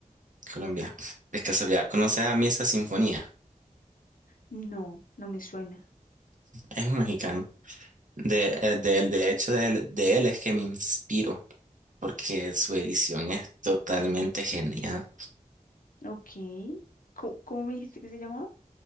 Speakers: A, on the right; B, on the left.
A: Colombia. De casualidad, ¿conoces a Misa Sinfonía?
B: No, no me suena.
A: Es un mexicano. De, eh, de, él- de hecho, de, él de él es que me inspiro, porque su edición es totalmente genial.
B: Ok. Co- ¿Cómo, me dijiste que se llamaba?